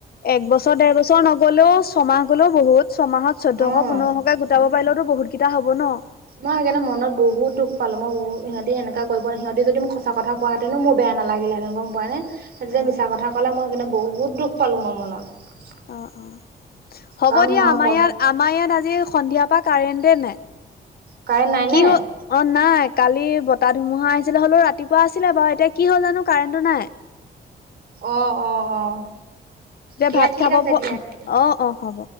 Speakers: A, on the left; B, on the right.
A: একবছৰ দেৰ বছৰ নগ'লেও ছমাহ গলেও বহুত ছমাহত চৈধ্যশ
B: অ'।
A: পোন্ধৰশকে গোটাব পাৰিলো । টো বহুত কেইটা হ'ব ন'?
B: মই সেইকাৰণে মনত বহুত দুখ পালোঁ । মই বহু- সিহঁতি এনেকা কৰিব ন। সিহঁতি যদি মোক সঁচা কথা কোৱা হেতেনো, মোৰ বেয়া বেয়া নালাগিলেঁতেন, গম পোৱা নে? সেইটো
A: অ
B: যে মিছা কথা ক'লে, মই সেইকাৰণে বহুত দুখ পালোঁ মই মনত।
A: অ' - অ', হ'ব
B: কাৰণ
A: দিয়া
B: মই
A: । আমাৰ
B: ক
A: ইয়াত- আমাৰ ইয়াত আজি সন্ধিয়া তা কাৰেণ্টে নাই।
B: কাৰেণ্ট নাই নে
A: কি হ- অ' নাই, কালি ব তা ধুমুহা আহিছিলে হ'লেও ৰাতিপুৱা আছিলে বাৰু। এতিয়া কি হ'ল জানো? কাৰেণ্টটো নাই।
B: অ' - অ' - অ'।
A: এতিয়া
B: দিয়া
A: ভাত
B: ঠিক
A: খাব
B: আছে
A: প-
B: দিয়া তেতিয়া
A: অ'- অ' হ'ব।